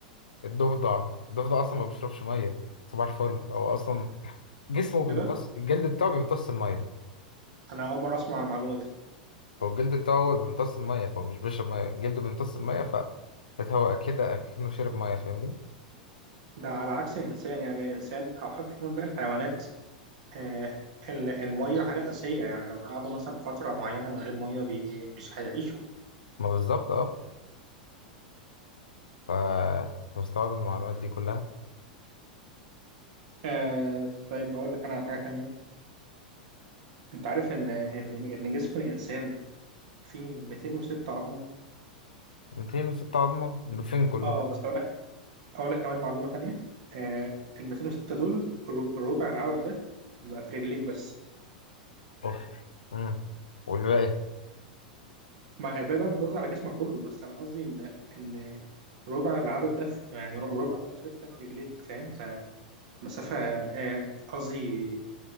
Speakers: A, on the left; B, on the right.
A: الضفدع الضفدع اصلا ما بيشربش ميه صباح الفل هو اصلا جسمه بيمتص
B: ايه ده؟
A: الجلد بتاعه بيمتص الميه
B: أنا أول مرة أسمع المعلومة دي
A: هو الجلد بتاعه هو اللي بيمتص الميه فهو مش بيشرب ميه جلده بيمتص الميه ف بتهوى كده اكنه شرب ميه فاهمني
B: ده على عكس الإنسان يعني الإنسان أو حتى كمان باقي الحيوانات آه ال- المية حاجة أساسية يعني لو قعدوا مثلا فترة معينة من غير مية بي مش هيعيشوا
A: ما بالظبط اه ف أنت مستوعب المعلومات دي كلها
B: آه طيب أقول لك أنا على حاجة تانية أنت عارف إن إن إن جسم الإنسان في 206 عظمه
A: 206 عظمه ده فين كله
B: اه بس اقول لك اقول لك كمان معلومه تانية آه ال 206 دول الرب- الربع العدد ده بيبقى في رجليك بس
A: اوف امم والباقي
B: مع الباقي بقى متوزع على جسمك كله بس انا قصدي ان ان ربع العدد ده في- يعني ر- ربع 106 في رجليك فاهم فمسافه آه، قصدي